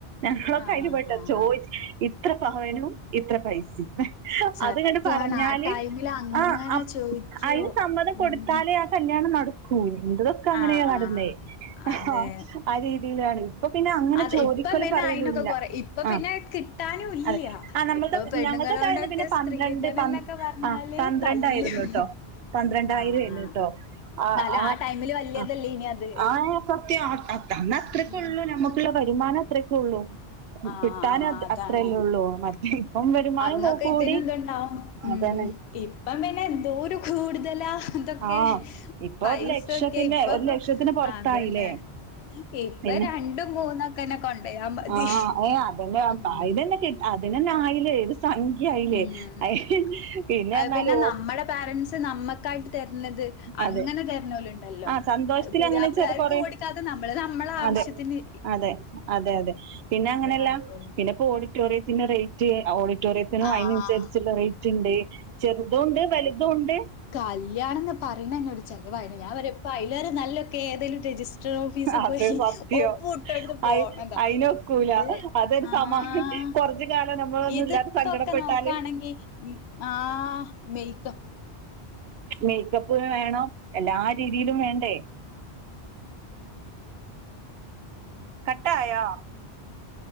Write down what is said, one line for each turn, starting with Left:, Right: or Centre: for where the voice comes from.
Right: ഞങ്ങളൊക്കെ
Left: ആഹ്
Right: അയില്
Left: ആഹ്
Right: പെട്ട ചോദിച്
Left: ആഹ്
Right: ഇത്ര പവേനു ഇത്ര പൈസേ
Left: സത്യാണ്
Right: അത്കണ്ട് പറഞ്ഞാല്
Left: ആ ടൈമില് അങ്ങനെ
Right: ആ അപ്
Left: ചോയിക്കും
Right: അയിന് സമ്മതം കൊടുത്താലേ
Left: ഉം
Right: അത് കല്യാണം നടക്കൂ എന്റതൊക്കെ അങ്ങനെയ
Left: ആഹ്
Right: നടന്നേ ആഹ്
Left: അതെ
Right: ആ രീതീലാണ് ഇപ്പൊ പിന്നെ അങ്ങനെ
Left: അത്
Right: ചോദിക്കലും
Left: ഇപ്പം പിന്നെ
Right: പറയലുല്ല
Left: അയിനൊക്കെ കൊറ ഇപ്പൊ പിന്നെ
Right: ആഹ്
Left: കിട്ടാനും ഇല്ല്യ.
Right: അതെ ആഹ് നമ്മൾടെ
Left: ഇപ്പൊ പെണ്ണുങ്ങളോണ്ടൊക്കെ
Right: ഞങ്ങൾടെ കൈയിന്ന് പിന്നെ പന്ത്രണ്ട്
Left: സ്ത്രീധനം
Right: പ
Left: എന്നൊക്കെ പറഞ്ഞാല്
Right: ആഹ് പ <unintelligible>
Left: തല്ലും.
Right: ആയിരുന്നു കേട്ടോ പന്ത്രണ്ടായിരം
Left: ആഹ്
Right: ആയിരുന്നേട്ടോ ആഹ്
Left: എന്നാലും
Right: ആഹ്
Left: ആ ടൈമില് വല്യതല്ലേനി
Right: അഹ്
Left: അത്.
Right: ആഹ് സത്യാ അ അത് അന്ന് അത്രക്കേ
Left: ഉം
Right: ഉള്ളൂ നമുക്കുള്ള വരുമാനം അത്രക്കെ ഉള്ളൂ
Left: ആഹ്
Right: കിട്ടാനത്
Left: അതാണ്.
Right: അ <unintelligible>
Left: അന്നൊക്കെ
Right: കൂ കൂടി
Left: ഇതിനെന്തുണ്ടാവും ഉം
Right: അതാണ്
Left: ഇപ്പം തന്നെ എന്തോരു കൂടുതലാ ഇതൊക്കെ
Right: ആ ഇപ്പൊ
Left: പൈസൊക്കെ
Right: ഒരു ലക്ഷത്തിന്റെ
Left: ഇപ്പൊ
Right: ഒരു ലക്ഷത്തിന് പൊറത്തായില്ലേ
Left: അതെ ന്നെ ഇപ്പ
Right: പിന്നെ
Left: രണ്ടും മൂന്നൊക്കന്നെ കൊണ്ടയാ മതി
Right: ആ ഏ അതന്നെ
Left: ഉം
Right: അതിനന്നെ കിട്ട അതിനന്നെ ആയില്ലേ ഒരു സംഖ്യ ആയില്ലേ
Left: ഉം
Right: അയ് പിന്നെ
Left: അത്
Right: പറഞ്ഞാല് ഒ
Left: നമ്മടെ പാരന്റ്സ് നമ്മക്കായിട്ട് തരണത് അങ്ങന
Right: അതെ
Left: തരണോലുണ്ടല്ലോ
Right: ആ സന്തോഷത്തിൽ
Left: അത് പുതിയാപ്പിളാർക്ക്
Right: അങ്ങനെ ചെറു കൊറേ
Left: കൊട്ക്കാതെ നമ്മള് നമ്മള ആവിശ്യത്തിന്
Right: അതെ അതെ അതെ അതെ പിന്നെ അങ്ങനെയല്ല
Left: നടക്കുള്ളൂ.
Right: പിന്നെപ്പോ ഓഡിറ്റോറിയത്തിന്റെ റെയ് <unintelligible> ആഹ് ഓഡിറ്റോറിയത്തിനും
Left: ആഹ്
Right: അയിനനുസരിച്ചുള്ള റെയ്റ്റ് ഇണ്ടേ ചെറുതൂണ്ട് വലുതൂണ്ട്
Left: കല്യാണം ന്ന് പറയണന്നെ ഒരു ചെലവാണ് ഞാൻ പറയപ്പ അയലേറെ നല്ല ക്കെ ഏതേലും രജിസ്റ്റർ ഓഫീസി
Right: അത്
Left: പോയി
Right: സത്യം
Left: ഒപ്പ് ഇട്ടോട്ത്ത് പോണതാ
Right: അയി അയിനൊക്കൂല
Left: ഇത്
Right: അതൊരു
Left: ആഹ്
Right: സമാ കൊറച് <unintelligible> കാലോം നമ്മളൊന്നും
Left: ഇതിപ്പൊക്കെ
Right: ഇല്ലാതെ സങ്കടപ്പെട്ടാല്
Left: നോക്കാണെങ്കി ഉം ആഹ് മെയ്ക്ക
Right: മേക്കപ്പ്ന് വേണം എല്ലാ രീതീലും വേണ്ടേ? കട്ടായോ?